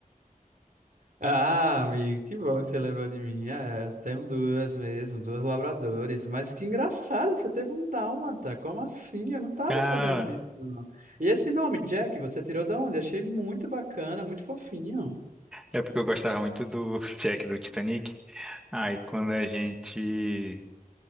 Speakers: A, on the right (about 65°); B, in the centre.
A: Ah, amigo, que bom que você lembrou de mim. É, eu tenho duas mesmo, duas labradores. Mas que engraçado, você teve um dálmata. Como assim? Eu não tava
B: Cara,
A: sabendo disso, não. E esse nome, Jack, você tirou da onde? Achei muito bacana, muito fofinho.
B: é porque eu gostava muito do Jack do Titanic. Aí quando a gente